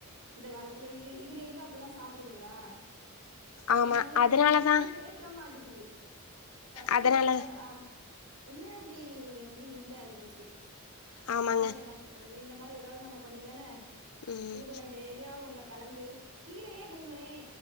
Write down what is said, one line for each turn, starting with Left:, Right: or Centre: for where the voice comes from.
Right: இந்த காலத்துல இது இதுக எங்க அப்புல்லாம் சாப்டுதுகளா அந்த
Left: ஆமா
Right: மாரில்லா
Left: அதனாலதா
Right: இதுகளுக்கு எதுவு கெடைக்க மாட்டேக்குது சத்து
Left: அதனால
Right: வந்து அம் இம்யூனிட்டி வந்து இல்ல அதுங்களுக்கு
Left: ஆமாங்க
Right: அதனால என்ன பண்றது இந்த மாரி எதாவ்து நம்ம பண்ணிதானே
Left: ம்
Right: இது பண்ண வேண்டியது எதுலயா ஒன்னுல கலந்து கீரையே குடுங்களே